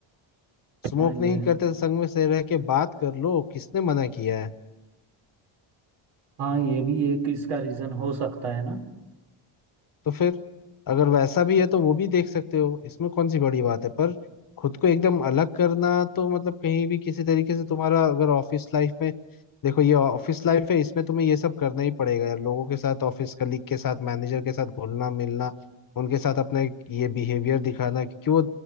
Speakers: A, on the left; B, on the right.
A: स्मोक
B: हाँ ये
A: नहीं करते तो संग में से रह के बात कर लो किसने मना किया है
B: हाँ ये भी एक इसका रीजन हो सकता है ना
A: तो फिर अगर वैसा भी है तो वो भी देख सकते हो इसमें कौन सी बड़ी बात है पर खुद को एकदम अलग करना तो मतलब कहीं भी किसी तरीके से तुम्हारा अगर ऑफिस लाइफ में देखो ये ऑफिस लाइफ है इसमें तुम्हें ये सब करना ही पड़ेगा यार लोगों के साथ ऑफिस कलीग के साथ मैनेजर के साथ घुलना मिलना उनके साथ अपना एक ये बिहेवियर दिखाना क्योंकि वो